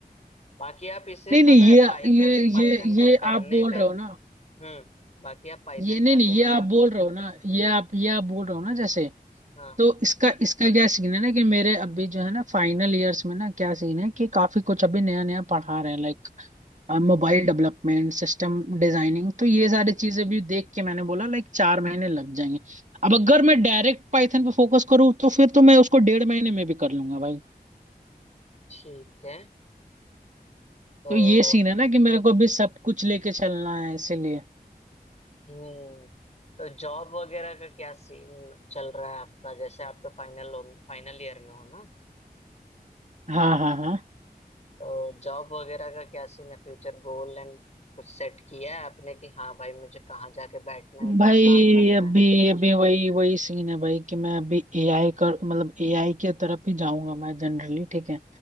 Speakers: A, on the left; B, on the right.
A: बाकी आप इसे
B: नहीं नहीं
A: पता है
B: ये
A: पाइथन
B: ये
A: पाइथन
B: ये
A: को
B: ये
A: करने
B: आप बोल
A: का
B: रहे हो ना
A: हम्म बाकी आप पाइथन
B: ये नहीं
A: कर
B: नहीं
A: रहे हो
B: ये
A: ना
B: आप बोल रहे हो ना ये आप ये आप बोल रहे हो ना जैसे
A: हाँ
B: तो इसका इसका क्या सीन है ना कि मेरे अभी जो है ना फाइनल ईयर्स में ना क्या सीन है कि काफी कुछ अभी नया नया पढ़ा रहे हैं like mobile development system designing तो ये सारी चीजें भी देख के मैंने बोला लाइक चार महीने लग जाएंगे अब अगर मैं डायरेक्ट पाइथन पे फोकस करूँ तो फिर तो मैं उसको डेढ़ महीने में भी कर लूंगा भाई
A: ठीक है तो
B: तो ये सीन है ना कि मेरे को अभी सब कुछ लेके चलना है इसीलिए
A: हम्म तो जॉब वगैरह का क्या सीन चल रहा है आपका जैसे आप तो फाइनल हो फाइनल ईयर में हो ना
B: हाँ हाँ हाँ
A: तो जॉब वगैरह का क्या सीन है फ्यूचर गोल एंड कुछ सेट किया है आपने कि हाँ भाई मुझे कहाँ जाके बैठना है क्या
B: भाई
A: काम करना
B: अभी
A: है
B: अभी वही वही सीन है भाई कि मैं अभी एआई कर मतलब एआई की तरफ ही जाऊंगा मैं जनरली ठीक है